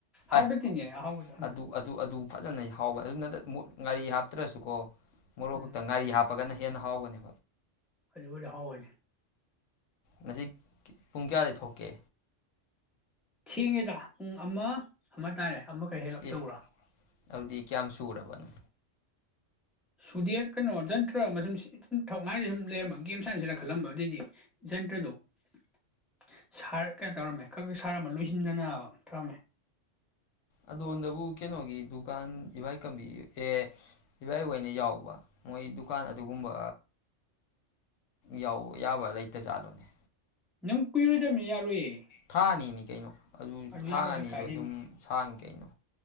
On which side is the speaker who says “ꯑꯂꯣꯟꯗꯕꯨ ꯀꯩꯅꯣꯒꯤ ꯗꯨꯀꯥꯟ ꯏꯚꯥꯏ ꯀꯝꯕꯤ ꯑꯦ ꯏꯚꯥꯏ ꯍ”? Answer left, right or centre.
Left